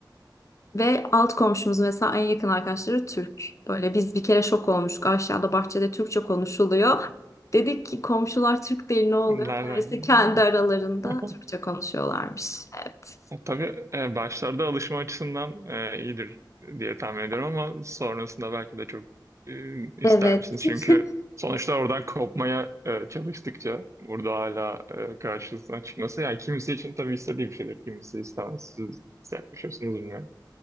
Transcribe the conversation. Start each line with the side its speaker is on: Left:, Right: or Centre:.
Left: ve alt komşumuz mesela en yakın arkadaşları Türk. Böyle biz bir kere şok olmuştuk. Aşağıda bahçede Türkçe konuşuluyor. Dedik ki komşular Türk değil ne oluyor?
Right: Nereden
Left: Meğerse kendi
Right: geliyor?
Left: aralarında
Right: <laughs>
Left: Türkçe konuşuyorlarmış. Evet.
Right: O tabii e, başlarda alışma açısından e, iyidir diye tahmin ediyorum ama sonrasında belki de çok e, ister
Left: Evet.
Right: misiniz? Çünkü
Left: <laughs>
Right: sonuçta oradan kopmaya e, çalıştıkça burada hala e, karşısına çıkması yani kimisi için tabii istediği bir şeydir. Kimisi istemez. Siz nasıl yaklaşıyorsunuz bilmiyorum.